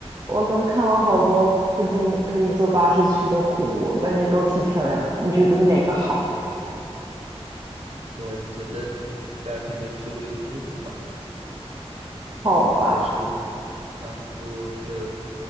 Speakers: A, on the right; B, on the right.
A: 我刚看了好多附近可以坐巴士去的湖，我感觉都挺漂亮的你觉得哪个好？
B: 我觉得第二天就去路易斯湖吧，
A: 好啊！
B: 也是班夫的，